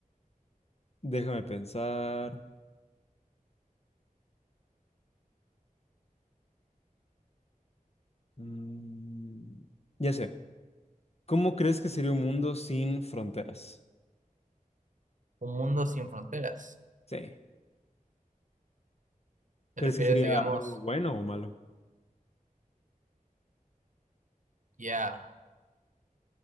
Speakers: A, on the left; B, on the right.
A: déjame pensar. Mm, ya sé. ¿Cómo crees que sería un mundo sin fronteras?
B: Un mundo sin fronteras.
A: Sí.
B: ¿Te
A: ¿Crees
B: refieres,
A: que sería
B: digamos,
A: algo bueno o malo?
B: ya?